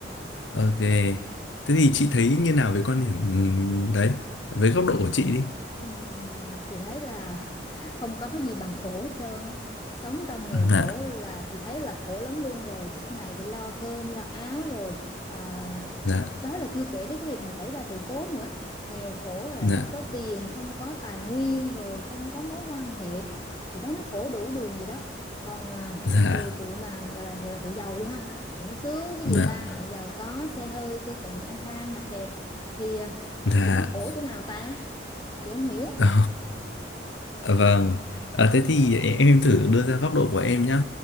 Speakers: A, on the left (about 85°); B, on the left (about 25°).
A: ok thế thì chị thấy như nào về quan điểm ừm, đấy với góc độ của chị đi
B: Ừm, chị thấy là <laughs> không có cái gì bằng khổ hết trơn á. Sống trong nghèo
A: dạ
B: khổ là chị thấy là khổ lắm luôn rồi, suốt ngày phải lo cơm, lo áo rồi ờ,
A: dạ
B: đó là chưa kể tới cái việc mà xảy ra sự cố nữa nghèo khổ rồi
A: dạ
B: là không có tiền không có tài nguyên rồi không có mối quan hệ chị thấy nó khổ đủ đường gì đó còn à,
A: dạ
B: về tụi mà gọi là gọi là tụi giàu đi ha tụi nó sướng cái
A: dạ
B: gì ba mẹ giàu có xe hơi xe xịn ăn sang mặc đẹp thì à,
A: dạ
B: tụi nó khổ chỗ nào ta chị không hiểu
A: Ờ. Vâng, à, thế thì e, em thử đưa ra góc độ của em nhé.